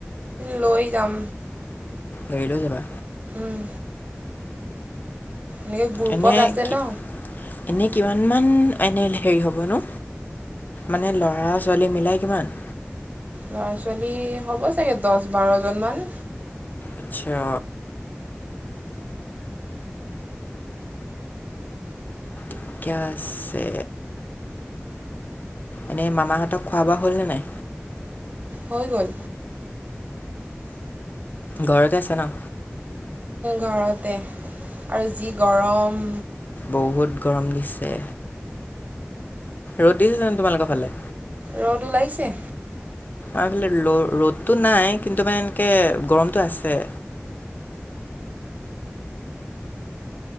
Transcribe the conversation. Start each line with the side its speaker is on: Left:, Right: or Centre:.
Right: লৈ যাম।
Left: গাড়ী লৈ যাবা।
Right: উম! এনে গ্ৰুপত
Left: এনে
Right: আছে
Left: কি
Right: ন।
Left: এনেই কিমানমান এনেই হেৰি হ'ব নো? মানে ল'ৰা -ছোৱালী মিলাই কিমান?
Right: ল'ৰা -ছোৱালী হ'ব চাগে দচ বাৰজনমান।
Left: আচ্ছা। ঠিকে আছে। এনেই মামাহঁতক খোৱা বোৱা হ'লনে নাই।
Right: হৈ গ'ল।
Left: ঘৰতে আছে ন।
Right: ঘৰতে আৰু যি গৰম।
Left: বহুত গৰম দিছে ৰ'দ দিছে জানো তোমালোকৰ ফালে?
Right: ৰ'দ ওলাইছে।
Left: আমাৰ ফালে ৰ'দতটো নাই কিন্তু মানে এনেকে গৰমতটো আছে।